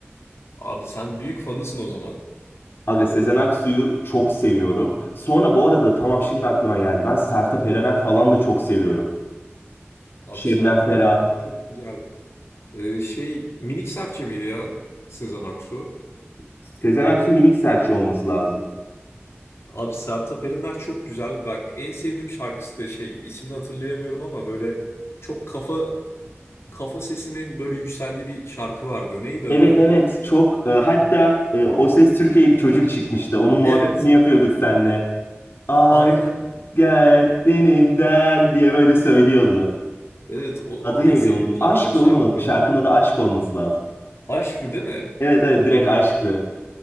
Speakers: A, on the left (about 75°); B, on the left (about 55°).
A: Abi sen büyük fanısın o zaman.
B: Aga Sezen Aksu'yu çok seviyorum. Sonra bu arada tamam şimdi aklıma geldi. Ben Sertab Erener falan da çok seviyorum.
A: Abi
B: Şebnem
A: Sertab
B: Ferah.
A: Erener çok güzel. Ee, şey Minik Serçe miydi ya? Sezen Aksu.
B: Sezen Aksu minik serçe olması lazım.
A: Abi Sertab Erener çok güzel. Bak en sevdiğim şarkısı da şey ismini hatırlayamıyorum ama böyle çok kafa kafa sesinin böyle yükseldiği bir şarkı vardı. Neydi adı?
B: Evet evet çok e, hatta e, O Ses Türkiye'ye bir çocuk çıkmıştı. Onun muhabbetini
A: Evet.
B: yapıyorduk seninle. Aşk
A: Aynen.
B: gel denimden diye böyle söylüyordu.
A: Evet o
B: Adı
A: en
B: neydi
A: sevdiğim
B: onun?
A: şarkı
B: Aşkla
A: o Sertab
B: oğlum adı.
A: Erener.
B: şarkının adı aşk olması lazım.
A: Aşkı değil mi?
B: Evet evet direkt aşktı.